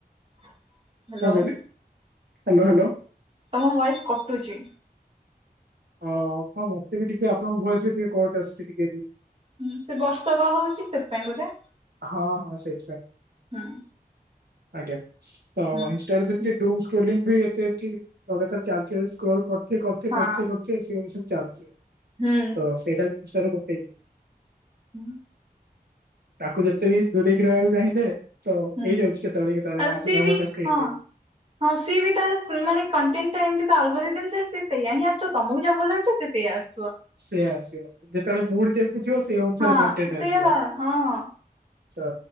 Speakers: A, on the right; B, on the right.
A: ହ୍ୟାଲୋ
B: କଣ କହିଲେ ହ୍ୟାଲୋ ହ୍ୟାଲୋ।
A: ତମ ଭଏସ କଟୁଛି।
B: ଓ ହଁ ମତେ ବି ଟିକେ ଆପଣଙ୍କ ଭଏସ ବି ଟିକେ କଟ୍ ଆସୁଛି ଟିକେ ଟିକେ
A: ହଁ ସେ ବର୍ଷା ବା ହଉଛି ସେଥିପାଇଁ ବୋଧେ
B: ହଁ ହଁ ସେଥିପାଇଁ
A: ହୁଁ
B: ଆଜ୍ଞା। ତ
A: ହୁଁ
B: ଇନଷ୍ଟାରେ ସେମିତି
A: ହୁଁ,
B: ଡୂମ୍ସ ଟ୍ରୋଲିଂ ବି ଏତେ ଏମିତି ଲଗାତାର ଚାଲିଚି ସ୍କ୍ରଲ କରତେ କରତେ
A: ହଁ
B: କରତେ ସେ ସେମିତି ଚାଲିଛି
A: ହୁଁ
B: ତ ସେଇଟା ଜିନିଷ ଗୋଟେ ଇଏ
A: ହୁଁ।
B: ତାକୁ ଯେତେ ବି ଦୂରେଇକି ରହିବାକୁ ଚାହିଁଲେ ତ
A: ହୁଁ
B: ହେଇଯାଉଛି କେତେବେଳେ କେତେବେଳେ
A: ଆଉ
B: ଆଠ
A: ସିଏ
B: ନଅ
A: ବି
B: ଘଣ୍ଟା ସ୍କ୍ରିନ୍
A: ହଁ
B: ଟାଇମ୍
A: ହଁ ସିଏ ବି ତାର ସ୍ ମାନେ କଣ୍ଟେଣ୍ଟ ଟା ଏମତି ଆଲବମରେ ମିତି ସେଇହିଁ ଆସୁଥିବ ତମକୁ ଯାହା ଭଲ ଲାଗୁଚି ସେ ସେଇଆ ଆସୁଥିବ
B: ସେଇଆ ଆସିବ ଯେତେବେଳେ ମୁଡ ଯେମତି ଥିବ ସେଇ ଅନୁସାରେ
A: ହଁ
B: କଣ୍ଟେଟ
A: ସେଇଆ
B: ଆସିବ।
A: ବା ହଁ ହଁ
B: ଚା